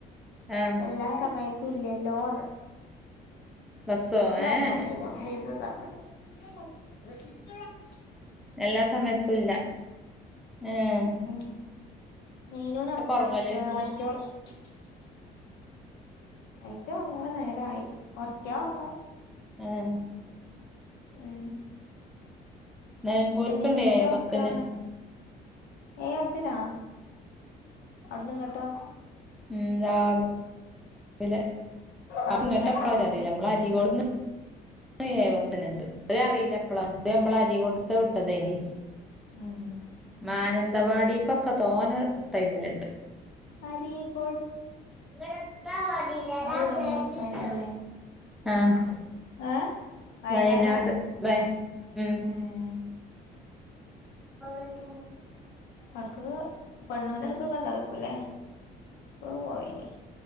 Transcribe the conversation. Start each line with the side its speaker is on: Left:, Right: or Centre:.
Centre: ആഹ്
Left: എല്ലാ സമയത്ത് തുല്ലല്ലോന്ന്
Centre: ബസ്സോ
Left: കുട്ടിയൊന്നുറങ്ങിയില്ല
Centre: ഏ എ
Left: ഹൈസു താ ഇവിടെ ഷ <unintelligible>
Centre: എല്ലാ സമയത്തും ഇല്ല ഏഹ്
Left: ഉ മീനോന ഉറക്കാ
Centre: ഒറങ്ങല്
Left: നിക്ക <unintelligible> ആയിറ്റൊറങ്ങണ നേരായി ഉറക്ക്യ ഒറങ്ങും
Centre: ഏഹ്
Left: ഏഹ്
Centre: നെൽമ്പൂർക്ക്ണ്ട്
Left: നീനെനെ
Centre: ഏഴേ
Left: ഒറക്കാണ്
Centre: പത്തിന്
Left: ഏഹ് അത്തനാ അവിടുന്ന് ഇങ്ങട്ടോ
Centre: ഉം രാവി ലെ
Left: അവിടന്ന്
Centre: അപ്പൊ ഇങ്ങട്ട്
Left: ഇങ്ങട്ടോ
Centre: എപ്പളാ അറിയില്ല നമ്മള അരികൊട്ട് ന്ന്
Left: <inaudible>
Centre: ഏഹ് എഴേ പതിനുണ്ട് അത് അറിയില്ല എപ്പളാന്ന് ദേ നമ്മള അരീക്കോട്ടത്തെവിട്ടതേനി
Left: ആഹ്
Centre: മാനന്തവാടിക്കൊക്കെ തോന ടൈമിലുണ്ട്
Left: അരീകോട്
Centre: ഇന്നത്താ മടില്ല
Left: അതെവിടെ
Centre: ഞൻ വ <unintelligible>
Left: വയനാടല്ലേ
Centre: ആഹ്
Left: ഏഹ് വയനാടാ
Centre: വയനാട് വയ ഉം
Left: ഏഹ്
Centre: അ <unintelligible>
Left: ആൾക്ക് പെണ്ണൂന്റടക്കക്കൊണ്ടാക്കൂല്ലേ പോയേനെ